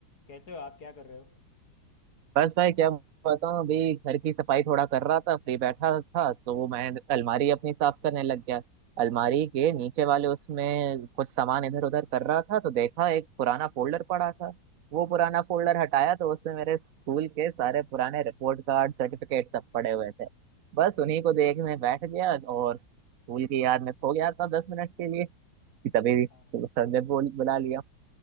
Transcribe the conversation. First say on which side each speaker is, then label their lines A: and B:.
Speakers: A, on the left; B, on the right.
A: कैसे हो आप क्या कर रहे हो
B: बस भाई क्या बताऊं अभी घर की सफाई थोड़ा कर रहा था फ्री बैठा था तो मैं अलमारी अपनी साफ करने लग गया अलमारी के नीचे वाले उसमें कुछ सामान इधर उधर कर रहा था तो देखा एक पुराना फोल्डर पड़ा था वो पुराना फोल्डर हटाया तो उसमें मेरे स्कूल के सारे पुराने रिपोर्ट कार्ड सर्टिफिकेट सब पड़े हुए थे बस उन्हीं को देखने बैठ गया और स्कूल की याद में खो गया था दस मिनट के लिए कि तभी
A: हाँ
B: सर ने बोल बुला लिया